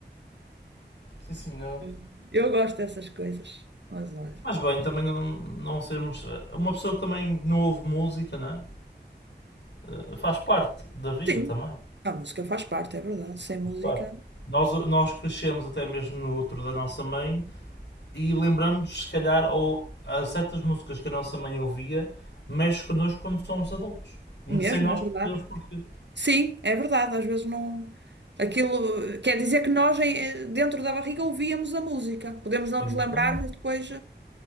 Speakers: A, on the left; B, on the right.
A: Sim, senhor.
B: <laughs> Eu gosto dessas coisas, mas olha,
A: Mas bem, também não, não sermos. ah, Uma pessoa que também não ouve música, não é? Eh, Faz parte da vida
B: sim,
A: também.
B: a música faz parte, é verdade, sem música
A: Faz parte. Nós, nós crescemos até mesmo no outro da nossa mãe e lembramos-nos, se calhar, ou a certas músicas que a nossa mãe ouvia, mexe connosco quando somos adultos.
B: mesmo,
A: Sem nós
B: é verdade.
A: percebermos porquê.
B: Sim, é verdade, às vezes não. Aquilo quer dizer que nós em- dentro da barriga ouvíamos a música. Podemos não
A: Exatamente.
B: nos lembrar, mas depois